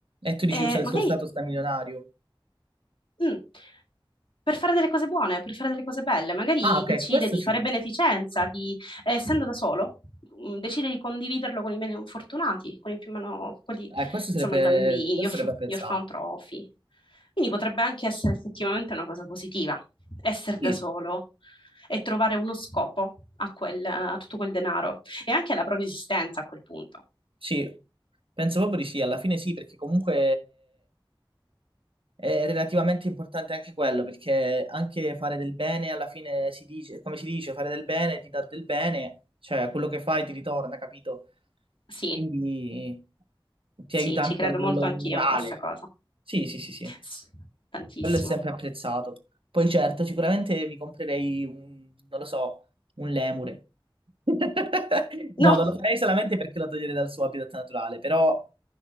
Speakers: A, on the right (about 80°); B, on the left (about 70°).
A: E tu
B: E
A: dici usa il
B: magari
A: suo stato sta milionario.
B: mm, per fare delle cose buone, per fare delle cose belle, magari
A: Ah ok,
B: decide
A: questo
B: di
A: sì,
B: fare beneficenza, di, eh, essendo da solo, mm, decide di condividerlo con i meno fortunati, con i più meno, quelli,
A: eh, questo
B: insomma,
A: sarebbe,
B: i bambini,
A: questo
B: gli, orf-
A: sarebbe apprezzabile.
B: gli orfanotrofi. Quindi potrebbe anche essere effettivamente una cosa positiva, essere da
A: Sì,
B: solo, e trovare uno scopo a, quel, a tutto quel denaro e anche alla propria esistenza a quel punto.
A: sì, penso proprio di sì, alla fine sì, perché comunque è relativamente importante anche quello, perché anche fare del bene alla fine si dice, come si dice, fare del bene ti dà del bene, cioè quello che fai ti ritorna, capito?
B: Sì,
A: quindi ti
B: sì,
A: aiuta
B: ci
A: anche
B: credo
A: a livello
B: molto anch'io
A: morale.
B: in questa cosa.
A: Sì, sì, sì, sì,
B: S- tantissimo.
A: quello è sempre apprezzato. Poi certo, sicuramente mi comprerei un, non lo so, un lemure. <laughs>
B: No,
A: No, non lo farei solamente perché lo toglierei dal suo habitat naturale, però